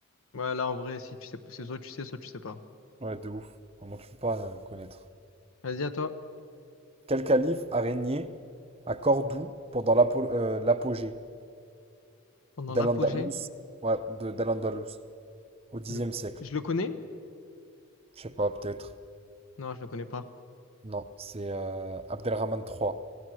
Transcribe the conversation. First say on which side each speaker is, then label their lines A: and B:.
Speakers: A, on the left; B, on the right.
A: Ouais, là, en vrai, si tu sais, pas- c'est soit tu sais, soit tu sais pas.
B: euh, ouais, de ouf. Vraiment, tu peux pas euh, connaître.
A: Vas-y, à toi.
B: Quel calife a régné à Cordoue pendant l'apo- euh, l'apogée
A: Pendant
B: dal
A: l'apogée,
B: andalus Ouais, de dal andalus au Xe
A: le...
B: siècle.
A: je le connais?
B: Je sais pas, peut-être.
A: Non, je le connais pas.
B: Non, c'est euh, Abdelrahman III.